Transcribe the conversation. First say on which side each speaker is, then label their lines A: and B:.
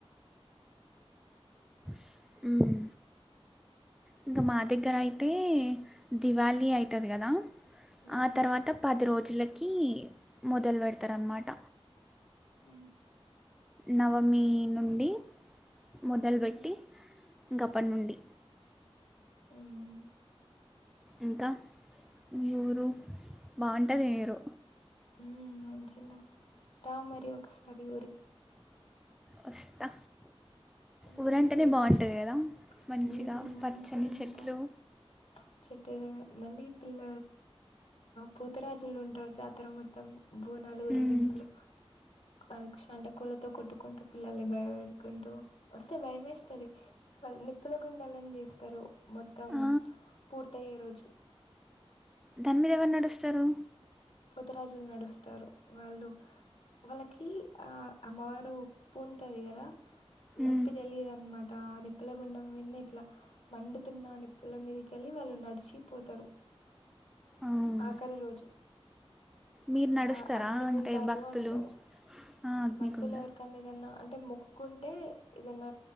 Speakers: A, in the centre; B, on the left.
A: <inaudible> ఉమ్ ఇంక మా దగ్గరైతే దివాళీ ఐతది గదా
B: హ్మ్.
A: ఆ తర్వాత పది రో లకి మొదలు వెడ్తరన్నమాట
B: ఉహు
A: నవమీ నుండి మొదల్వెట్టి
B: హ్మ్
A: గప్పనుండి
B: ఉమ్
A: ఇంకా మీ ఊరు బాగుంటది మీరు
B: హమ్ మంచిదే రా మరి ఒకసారి ఊరికి
A: వస్తా
B: హ్మ్.
A: ఊరంటేనే
B: దగ్గరే
A: బాగుంటది
B: గదా!
A: కదా మంచిగా
B: హ్మ్.
A: పచ్చని
B: మంచిగుంటది.
A: చెట్లు
B: చెట్టు దగ్గర మళ్ళీ పిల్ల పోతరాజులు ఉంటారు జాతర మొత్తం బోనాలు ఉరేగింపులు
A: ఉమ్.
B: అది సంటకలు కొట్టుకుంటు పిల్లల్ని బయంపెట్టుకుంటూ వస్తే భయమేస్తది వాళ్ళ నిప్పుల గుండె కలం చేస్తరు మొత్తం
A: ఆ,
B: పూర్త అయ్యే రోజు
A: దాని మీద ఎవరు నడుస్తరు
B: పోతరాజులు నడుస్తారు వాళ్ళు వాళ్ళకి ఆ అమ్మావారు పూతది కదా నొప్పి
A: ఉమ్.
B: తెలీదన్ ఆ నిప్పుల గుండం వింది ఇట్ల మండుతున్న నిప్పుల మీదకెళ్ళి వాళ్ళు నడిచిపోతారు
A: ఆ.
B: ఆకలి రోజు
A: మీరు
B: ఇంకా
A: నడుస్తారా
B: అగ్నిగుండాలు
A: అంటే భక్తులు
B: అంటారు
A: ఆ అగ్నికుండ
B: భక్తులు ఎవరికన్న ఏదన్న అంటే మొక్కుకుంటే ఏదన్న